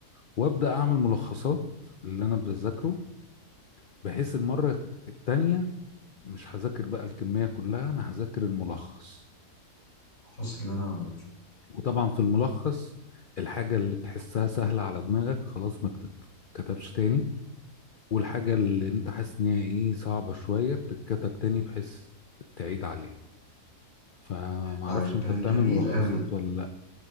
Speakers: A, on the left; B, on the left.
A: وابدا اعمل ملخصات اللي انا بذاكره بحيث المرة التانية مش هذاكر بقى الكمية كلها أنا هذاكر الملخص
B: الفصل اللي انا عملته
A: وطبعا في الملخص الحاجة اللي تحسها سهلة على دماغك خلاص ما بتتكتبش تاني والحاجة اللي
B: مم.
A: انت حاسس ان هي ايه صعبة شوية بتتكتب تاني بحيث تعيد عليها فمعرفش
B: طيب
A: انت بتعمل
B: جميل
A: ملخصات
B: قوي
A: ولا لا